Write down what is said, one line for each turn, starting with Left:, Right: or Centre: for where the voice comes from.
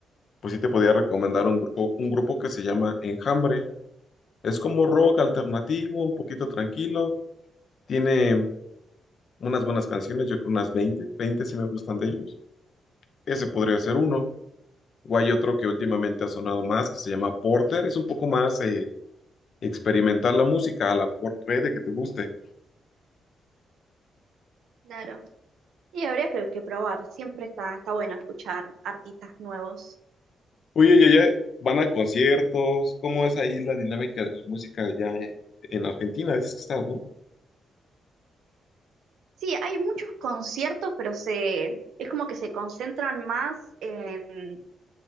Left: pues sí te podría recomendar un grupo, un grupo que se llama Enjambre. Es como rock alternativo, un poquito tranquilo. Tiene unas buenas canciones, yo creo unas 20 20 si me gustan de ellos. Ese podría ser uno. O hay otro que últimamente ha sonado más, que se llama Porter. Es un poco más eh, experimental la música, a lo mejor puede que te guste.
Right: Claro. Y habría que, que probar, siempre está, está bueno escuchar artistas nuevos.
Left: Oye, ¿y allá van a conciertos? ¿Cómo es ahí la dinámica de la música allá en, en Argentina? Dices que estás, ¿no?
Right: Sí, hay muchos conciertos, pero se, es como que se concentran más en